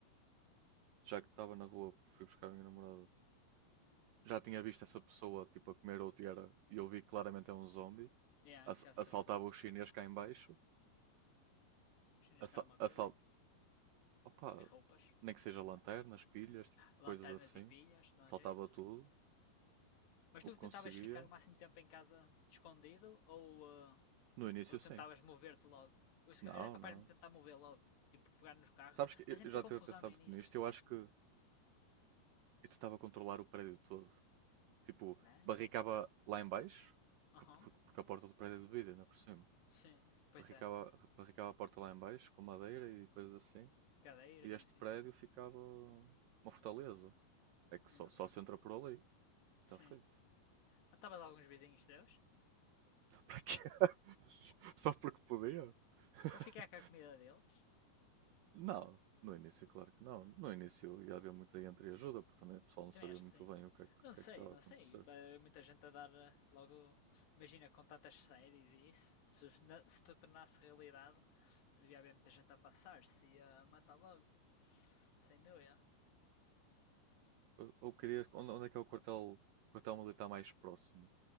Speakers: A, on the right (about 85°); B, on the left (about 80°).
A: Já que estava na rua, fui buscar a minha namorada já tinha visto essa pessoa tipo a comer ou era e eu vi que claramente é um zombie.
B: Yeah,
A: Ass-
B: que já se
A: assaltava
B: transforma.
A: o chinês cá em baixo.
B: Os chineses
A: Assa
B: têm alguma
A: assal
B: coisa aí.
A: Opa,
B: E roupas.
A: nem que seja lanternas, pilhas, tipo,
B: Lanternas
A: coisas assim.
B: e pilhas, dá
A: Saltava
B: um jeito.
A: tudo,
B: Mas
A: o
B: tu
A: que conseguia.
B: tentavas ficar o máximo tempo em casa escondido ou, eh,
A: No início,
B: ou
A: sim.
B: tentavas mover-te logo? Eu se
A: Não,
B: ca- era capaz
A: não.
B: de me tentar mover logo. Tipo, pegar no carro.
A: Sabes que eu
B: Mas é
A: eu
B: muita
A: já estive
B: confusão
A: a pensar
B: no
A: muito
B: início.
A: nisto. Eu acho que eu tentava controlar o prédio todo. Tipo,
B: Não.
A: barricava lá em baixo,
B: Aham.
A: que- por- porque a porta do prédio é de vidro, ainda por cima.
B: Sim. Pois
A: Barricava,
B: é.
A: barricava a porta lá em baixo com madeira e coisas assim.
B: cadeiras
A: E este
B: e assim.
A: prédio ficava uma fortaleza. É que
B: Não.
A: só, só se entra por ali. E está
B: Sim.
A: feito.
B: Matavas alguns vizinhos teus
A: Para quê? <laughs> Só porque podia? <laughs>
B: para ficar com a comida deles?
A: Não, no início, claro que não. No início ia haver muita entreajuda, porque também o pessoal não sabia
B: Também acho
A: muito
B: que sim.
A: bem o que é que, o
B: Não
A: que
B: sei,
A: é que estava
B: não
A: a acontecer.
B: sei. Ba- Muita gente a dar eh, logo. Imagina com tantas séries e isso. Se, os- na- se tu tornasse realidade, devia haver muita gente a passar-se e a matar logo, sem dúvida.
A: Ou queria. Onde, onde é que é o quartel, quartel militar mais próximo?